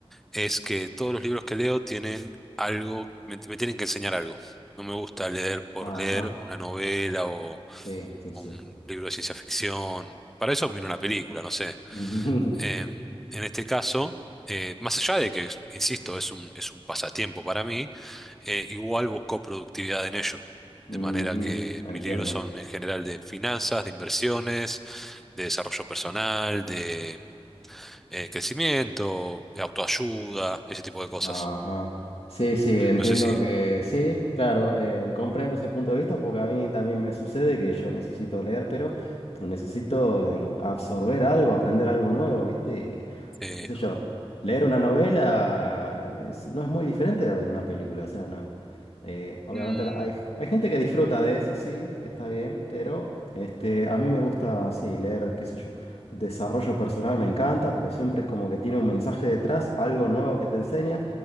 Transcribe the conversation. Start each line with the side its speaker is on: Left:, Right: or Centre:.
Centre: es que todos los libros que leo tienen algo, me, me tienen que enseñar algo. No me gusta leer por
Left: Ajá,
Centre: leer una novela o
Left: sí, sí, sí.
Centre: un libro de ciencia ficción. Para eso miro una película, no sé.
Left: <laughs>
Centre: Eh, en este caso, eh, más allá de que, insisto, es un, es un pasatiempo para mí, eh, igual busco productividad en ello.
Left: Ujú,
Centre: De manera que
Left: Entiendo.
Centre: mis libros son en general de finanzas, de inversiones, de desarrollo personal, de eh, crecimiento, autoayuda, ese tipo de cosas.
Left: Ajá. Sí, sí, entiendo
Centre: No sé si...
Left: que sí, claro, eh, comprendo ese punto de vista porque a mí también me sucede que yo necesito leer, pero necesito eh, absorber algo, aprender algo nuevo, ¿viste? Y,
Centre: eh,
Left: qué sé yo, leer una novela es- no es muy diferente de ver una película, o sea, no. Eh, obviamente
Centre: Mm,
Left: la- hay, hay gente que disfruta de eso, sí, está bien, pero este, a mí me gusta, sí, leer, qué sé yo. Desarrollo personal me encanta porque siempre es como que tiene un mensaje detrás, algo nuevo que te enseña.